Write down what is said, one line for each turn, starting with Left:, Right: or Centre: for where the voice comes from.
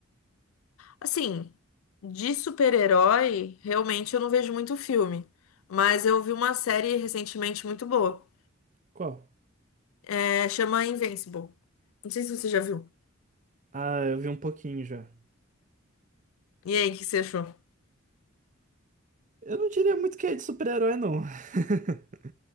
Left: Assim, de super-herói, realmente eu não vejo muito filme. Mas eu vi uma série recentemente muito boa.
Right: Qual?
Left: É, chama Invincible. Não sei se você já viu.
Right: Ah, eu vi um pouquinho já.
Left: E aí, o que você achou?
Right: Eu não diria muito que é de super-herói, não. <laughs>